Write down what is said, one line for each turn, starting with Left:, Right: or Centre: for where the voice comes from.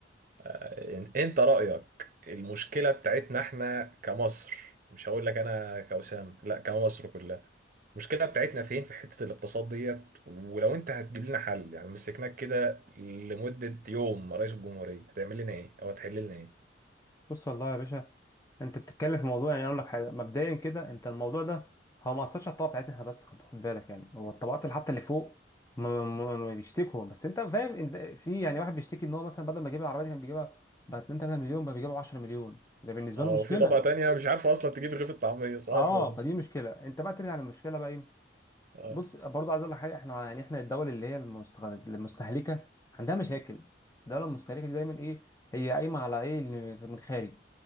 Right: ان- انت رأيك المشكلة بتاعتنا احنا كمصر مش هقول لك انا كوسام لا كمصر كلها المشكلة بتاعتنا فين في حتة الاقتصاد ديت ولو انت هتجيب لنا حل يعني مسكناك كده لمدة يوم رئيس الجمهورية هتعمل لنا ايه او هتحل لنا ايه
Left: بص والله يا باشا انت بتتكلم في موضوع يعني اقول لك حاجه مبدئيا كده انت الموضوع ده هو ما اثرش على الطبقه بتاعتنا احنا بس خد خد بالك يعني هو الطبقات اللي حتى اللي فوق هم هم بيشتكوا بس انت فاهم انت في يعني واحد بيشتكي ان هو مثلا بدل ما يجيب العربيه دي كان بيجيبها ب 2 3 مليون بقى بيجيبها 10 مليون ده بالنسبه
Right: اه
Left: له مشكله
Right: وفي طبقة تانية مش عارفة اصلا تجيب رغيف الطعمية صباح
Left: اه
Right: الفل
Left: فدي مشكله انت بقى ترجع للمشكله بقى ايه
Right: اه
Left: بص برضه عايز اقول لك حاجه احنا يعني احنا الدول اللي هي المستغ- المستهلكه عندها مشاكل الدوله المستهلكه دي دايما ايه هي قايمه على ايه اللي من الخارج